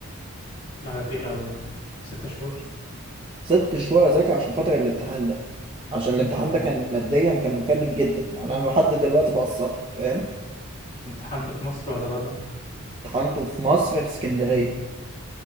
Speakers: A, on the left; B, on the right.
A: لا ده تقيل قوي ده ست شهور
B: ست شهور اذاكر عشان خاطر الامتحان ده عشان الامتحان
A: امم
B: ده كان ماديا كان مكلف جدا يعني انا لحد دلوقتي بقسطه فاهم
A: امتحنت في مصر ولا بره
B: امتحنته في مصر في اسكندرية